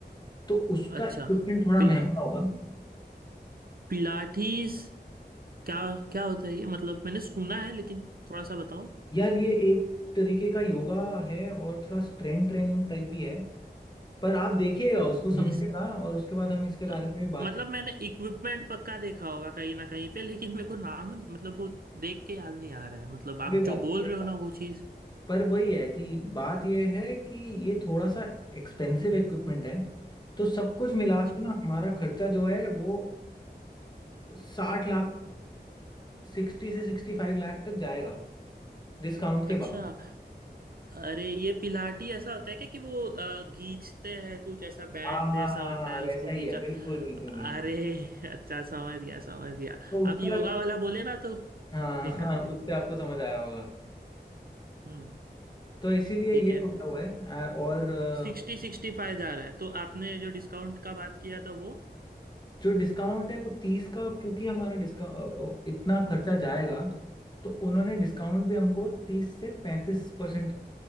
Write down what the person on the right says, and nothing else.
अच्छा
पिला
पिलाटीज क्या क्या होता है ये मतलब मैंने सुना है लेकिन थोड़ा सा बताओ
इस
अ,
मतलब मैंने इक्विपमेंट पक्का देखा होगा कहीं ना कहीं पे लेकिन मेरे को नाम मतलब वो देख के याद नहीं आ रहा है मतलब आप
जो
बोल
रहे हो ना वो चीज़
अच्छा
अच्छा
अरे ये पिलाटी ऐसा होता है क्या कि वो अ, खींचते हैं कुछ ऐसा बैंड
जैसा
होता
है
उसको
खींचा
अरे अच्छा समझ गया समझ गया
आप योगा वाला बोले ना तो
देखा
है मैंने
हम्म
ठीक
है
सिक्सटी सिक्सटी फाइव जा रहा है तो आपने जो डिस्काउंट का बात किया था वो